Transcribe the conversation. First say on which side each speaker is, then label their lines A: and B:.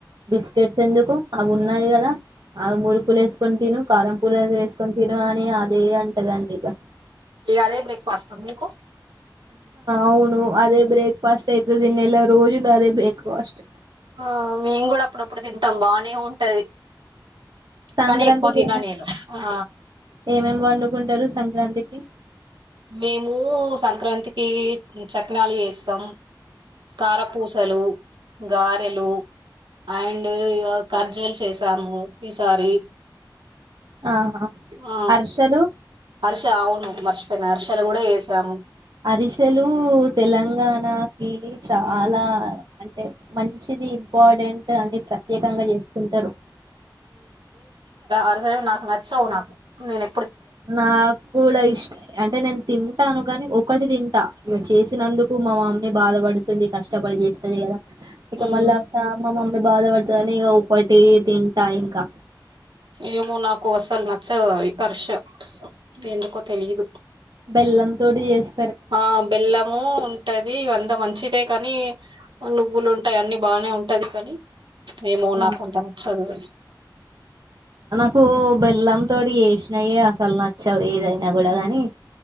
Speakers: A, on the right; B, on the right.
A: బిస్కెట్స్ ఎందుకు అవి ఉన్నాయి కదా అవి మురుకులు వేసుకుని తిను కారం పుల్లలు వేసుకుని తిను అని అదే అంటదండి ఇక
B: ఇగ అదే బ్రేక్ఫాస్ట్ అందుకు
A: అవును అదే బ్రేక్ఫాస్ట్ అయితది నెల రోజులు అదే బ్రేక్ఫాస్ట్
B: ఆ మేం కూడా అప్పుడప్పుడు తింటాం బానే ఉంటది
A: సంక్రాంతికి
B: కానీ ఎక్కువ తిన నేను ఆ
A: ఎం వండుకుంటారు సంక్రాంతికి
B: మేము సంక్రాంతికి చకనాలు చేస్తాం కారపూసలు గారెలు అండ్ ఖర్జలు చేసాము ఈసారి
A: ఆహా
B: ఆ
A: అర్షలు
B: హర్ష అవును మర్షిపోయిన హర్షలు కూడా చేసాము
A: అరిసెలు తెలంగాణకి చాలా అంటే మంచిది ఇంపాడెంట్ అన్ని ప్రత్యేకంగా చేసుకుంటారు
B: అరసలు నాకు నచ్చవు నాకు నేనె
A: నా కూడా ఇష్ట అంటే నేన్ తింటాను కనీ ఒకటి తింటా ఇక చేసినందుకు మా మామ బాధపడుతుంది కష్టపడి చేస్తది కదా ఇక
B: మ్మ్
A: మళ్ళా పా మ దంత బాధ పడి క నిగా ఒకటి తింటా ఇంకా
B: ఏమో నాకు అసలు నచ్చదు వికర్ష ఎందుకో తెలిదు
A: బెల్లం తోటి చేస్
B: ఆ బెల్లము ఉంటది అంతా మంచి చ్చితే కానీ నువ్వులు ఉంటాయి అన్ని బాగానే ఉంటయి కానీ ఏమో
A: ఆ
B: నాకంత నచ్చదు
A: కు బెల్లం తోటి చేసినయే అసలు నచ్చదు ఏదైనా కూడా కానీ